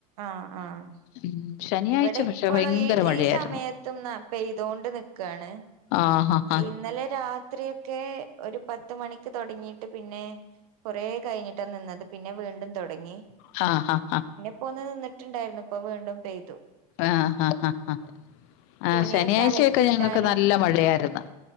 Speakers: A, on the right; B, on the left.
A: ആഹ് ആഹ്.
B: ഉം. ശനിയാഴ്ച
A: ഇവടെ
B: പക്ഷെ
A: ഇപ്പളും
B: ഭയങ്കര
A: ഈ
B: മഴയായിരുന്നു.
A: ഈ സമയത്തും പെയ്തൊണ്ട് നിക്ക്വാണ്.
B: ആഹാഹാ!
A: ഇന്നലെ രാത്രി ഒക്കെ ഒര് പത്ത് മണിക്ക് തൊടങ്ങീട്ട് പിന്നെ കൊറേ കഴിഞ്ഞ്ട്ടാ നിന്നത് പിന്നെ വീണ്ടും തുടങ്ങി.
B: ഹാ ഹ ഹ.
A: പ്പൊന്ന് നിന്നിട്ട്ണ്ടായിര്ന്നു ഇപ്പൊ വീണ്ടും പെയ്തു.
B: ആഹ് ഹ ഹ ഹ. ആഹ്
A: തുണിയൊക്കെ
B: ശനിയാഴ്ച്ചയൊക്കെ
A: അലക്കിയിട്ടാലും
B: ഞങ്ങക്ക് നല്ല മഴയായിര്ന്ന്.